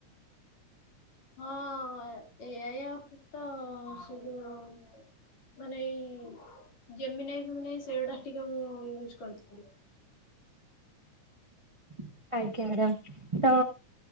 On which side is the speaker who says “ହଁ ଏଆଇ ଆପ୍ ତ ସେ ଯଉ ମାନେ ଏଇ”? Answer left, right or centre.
Left